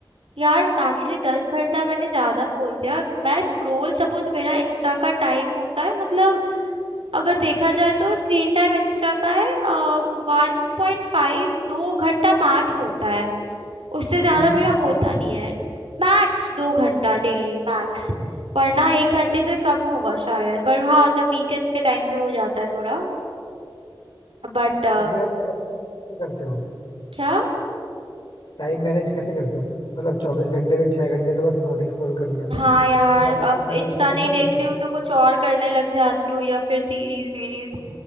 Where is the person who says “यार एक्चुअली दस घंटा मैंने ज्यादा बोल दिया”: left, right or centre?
Right